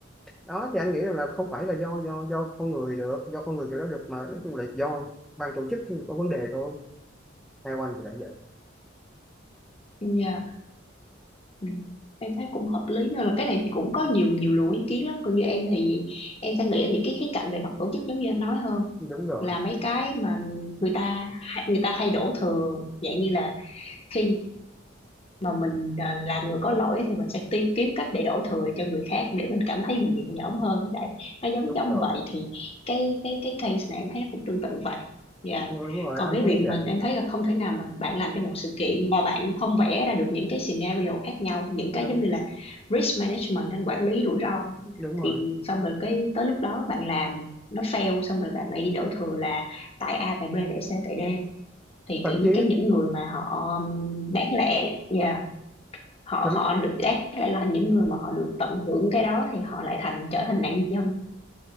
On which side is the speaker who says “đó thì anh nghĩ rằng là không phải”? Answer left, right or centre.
Centre